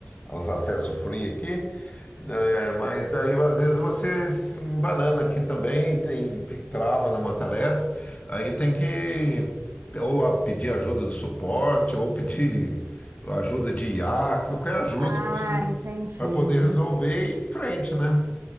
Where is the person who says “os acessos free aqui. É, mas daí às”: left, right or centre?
Left